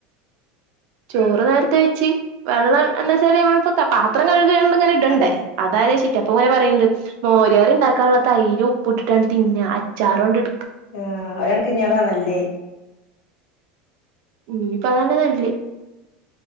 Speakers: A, on the right; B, on the left.
A: ചോറ് നേരത്തെ വെച്ച് വെള്ളം എന്ന് വച്ചാൽ നമ്മൾ പാത്രം കഴുകണണ്ട് ങ്ങനിടണ്ടെ
B: അതെ
A: അതാലോയ്ചിറ്റ തോന് പറയണ്ട് മോര് കറി ഉണ്ടാക്കാനുള്ള തൈര് ഉപ്പുട്ടിട്ടാണ്ട് തിന്നാ അച്ചാറുണ്ട്ട
B: ആഹ് ഓരണക്കിന് ഇനി അതാ നല്ലെ.
A: ഇനിയിപ്പതന്നെ നല്ലേ.